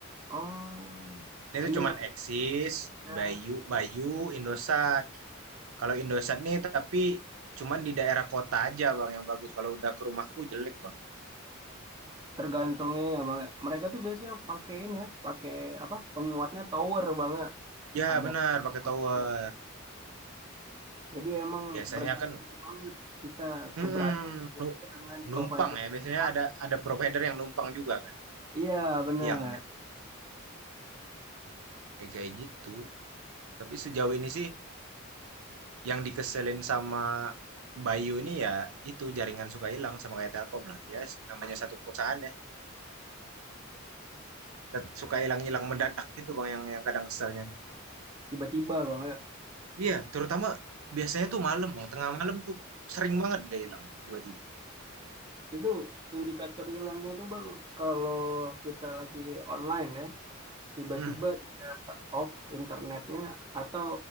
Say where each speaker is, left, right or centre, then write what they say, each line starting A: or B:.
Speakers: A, on the right; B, on the right.
A: Oh,
B: Ini
A: ini
B: tuh cuman Axis,
A: maksudnya
B: Bayu, Bayu, Indosat. Kalau Indosat nih tapi cuman di daerah kota aja Bang yang bagus. Kalau udah ke rumahku jelek Bang.
A: tergantungnya ya bang. ya. Mereka tuh biasanya pakai ini ya, pakai apa? Penguatnya tower bang ya.
B: Ya
A: Ada
B: benar pakai
A: tower.
B: tower.
A: tower. Jadi emang
B: Biasanya
A: bergantung
B: kan
A: banget kita
B: mm-mm,
A: keberadaan tower
B: nu-
A: itu dengan provider.
B: numpang ya.
A: yang
B: Biasanya
A: pas.
B: ada ada provider yang numpang juga kan
A: Iya bener.
B: tiangnya. Kayak kayak gitu. Tapi sejauh ini sih yang dikeselin sama Bayu ini ya itu jaringan suka hilang sama kayak Telkom lah. Ya namanya satu perusahaan ya. Tet- Suka hilang-hilang mendadak gitu Bang yang yang kadang keselnya.
A: Tiba-tiba bang ya.
B: Iya, terutama biasanya tuh malam, Bang, tengah malam tuh sering banget dia hilang tiba-tiba.
A: Itu indikator hilangnya tuh bang kalau kita lagi online ya. tiba-tiba
B: Mhm,
A: dia off internetnya atau